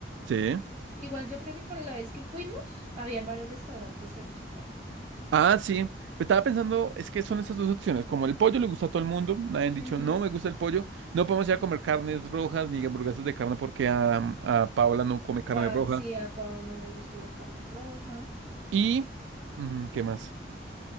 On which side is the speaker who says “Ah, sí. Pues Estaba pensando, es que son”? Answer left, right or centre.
Right